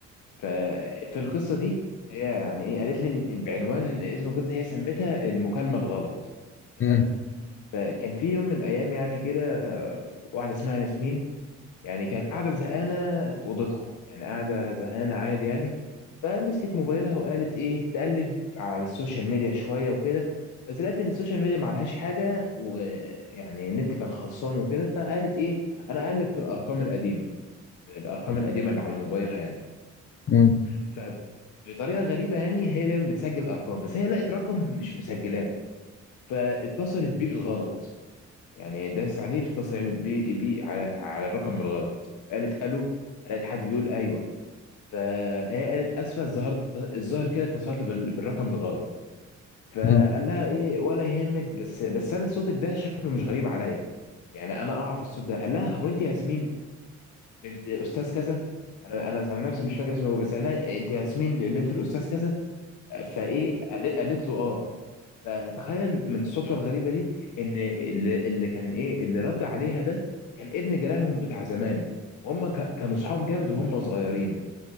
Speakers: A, on the left (about 80°); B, on the left (about 45°).
A: ففي القصة دي هي يعني ايه قالت لي إن- بعنوان اسم القصة هي سمتها المكالمة الغلط تمام
B: مم.
A: فكان في يوم من الأيام يعني كده واحدة اسمها ياسمين يعني كانت قاعدة زهقانة في أوضتها يعني قاعدة زهقانة عادي يعني فمسكت موبايلها وقالت ايه تقلب على السوشيال ميديا شوية وكده بس لقيت ان السوشيال ميديا معلهاش حاجة ويعني النت كان خلصان وكده فقالت ايه انا اقلب في الارقام القديمة الارقام
B: مم.
A: القديمه اللي على موبايلها يعني
B: مم.
A: فبطريقه غريبه يعني هي دايما بتسجل ارقام بس هي لقت رقم مش مسجلاه فاتصلت بيه بالغلط يعني داس عليه فاتصل بيه, بيه على, على الرقم بالغلط قالت الو فلقيت حد بيقول ايوه فهي قالت اسفه ظهرت الظاهر كده اتصلت بال- بالرقم الغلط فقال
B: مم.
A: لها ايه ولا يهمك بس بس انا صوتك ده شكله مش غريب عليا يعني انا اعرف الصوت ده قال لها هو انت ياسمين بنت استاذ كذا انا انا عن نفسي مش فاكر اسمه هو بس قالها انت ياسمين بنت الاستاذ كذا فايه قال- قالت له اه فتخيل من الصدفه الغريبه دي ان اللي, اللي كان ايه اللي رد عليها ده كان ابن جيرانهم بتاع زمان وهم ك- كانوا صحاب جامد وهم صغيرين